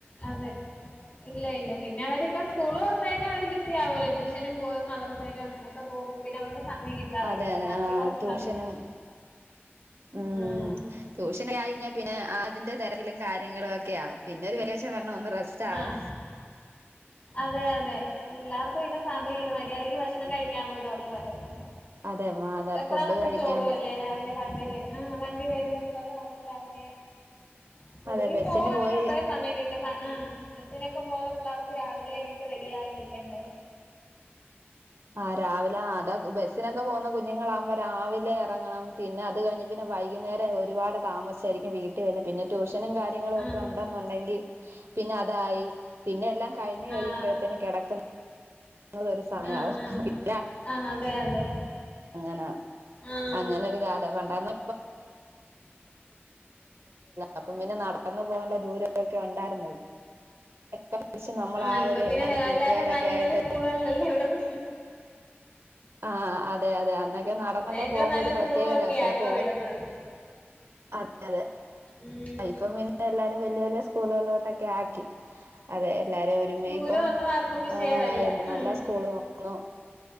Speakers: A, on the left (about 35°); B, on the right (about 85°).
A: അതെ ഇല്ല ഇല്ല പിന്നെ അവരിപ്പ സ്കൂള് തുറന്ന ഉച്ചകഴിഞ്ഞാൽ അവർ ബിസി ആകുമല്ലോ ട്യൂഷനും പോകും മദറസേയിലും അങ്ങനെയൊക്കെ പോകും പിന്നെ അവർക്ക് സമയം കിട്ടാറില്ല.
B: അതെ അതെ
A: രാത്രി
B: ആ
A: കൊറച്ച്
B: ട്യൂഷനും
A: സമയം
B: ഉം
A: ആഹ്.
B: ട്യൂഷൻ കഴിഞ്ഞാ പിന്നെ അതിന്റെ തിര കാര്യങ്ങളും ഒക്കെ ആവും പിന്നെ <unintelligible> ഒന്ന് റെസ്റ്റ് ആവാ.
A: ആഹ്. അതെ അതെ. അത് പിള്ളാർക്ക് പിന്നെ സമയമില്ല മര്യാദയ്ക്ക് ഭ ഭക്ഷണം കഴിക്കാൻ പോലും അവർക്ക് പറ്റത്തില്ല.
B: അതെ മാ അതെ
A: വെപ്രാളം
B: ഫുഡ്
A: പിടിച്ച്
B: കഴിക്കാനും
A: ഓടുവല്ലേ രാവിലെ ആ വണ്ടി വരുമെന്ന് പറഞ്ഞ് അവര് രാവിലെ സ്കൂളി
B: അതെ ബസ്സിന്
A: പോകവാണെങ്കിൽ
B: പോയി
A: അത്രയും സമയം കിട് ആ ബസിനൊക്കെ പോകുന്ന പിള്ളേർക്ക് രാവിലെ എണീറ്റ് റെഡി ആയി നിൽക്കണ്ടേ.
B: ആഹ് രാവിലെ അതാ ബസ്സിനൊക്കെ പോകുന്ന കുഞ്ഞുങ്ങളാകുമ്പോൾ രാവിലെ ഇറങ്ങണം പിന്നെ അത് കഴിഞ്ഞ് പിന്നെ വൈകുന്നേരം ഒരുപാട് താമസിച്ചായിരിക്കും വീട്ടിൽ വരുന്നത് പിന്നെ ട്യൂഷ <unintelligible> കാര്യങ്ങളും
A: ആഹ്
B: ഒക്കെ ഉണ്ടെന്നുണ്ടെങ്കി പിന്നെ അതായി പിന്നെ എല്ലാം കഴിഞ്ഞു കഴിയുമ്പോഴത്തേന്
A: ആഹ്.
B: കിടക്കുന്ന <unintelligible> ഒരു സമയാവും
A: ആഹ് ആഹ്
B: <inaudible>
A: ആഹ് അതെ അതെ
B: അങ്ങനാ
A: ആഹ്
B: അങ്ങനെ ഒരു കാല പണ്ട <inaudible> <inaudible> അപ്പ പിന്നെ നടന്നു പോകാനുള്ള ദൂരമൊക്കെ ഉണ്ടായിരുന്നുള്ളൂ. പിടിച്ച് നമ്മൾ
A: ആ ഇപ്പൊ
B: ഒരു
A: പിന്നെ
B: കൂട്ടുകാരൊക്കെ
A: എല്ലാരും വലിയ
B: ആയിട്ട്
A: വല്യ സ്കൂളുകളിലല്ലേ ഇവിടെന്ന്
B: ആ അതെ അതെ അന്നൊക്കെ നടന്നൊക്കെ
A: ഏറ്റവും
B: പോകുമ്പോ
A: നല്ല
B: ഒരു പ്രത്യേക
A: സ്കൂളും ഒക്കെയാ
B: രസക
A: ഇപ്പൊ
B: പോകുന്നു.
A: വിടുന്നത്
B: അതെ അതെ
A: ഉം
B: ഇപ്പം പിന്നെ എല്ലാരും വല്യ വല്യ സ്കൂളുകളിലോട്ടൊക്കെ ആക്കി. അതെ എല്ലാരും ഒരുമ
A: ദൂരം
B: ഇപ്പം
A: ഒന്നും ആർക്കും വിഷയമല്ല
B: ആ നല്ല
A: ഉം
B: സ്കൂള് വന്നു.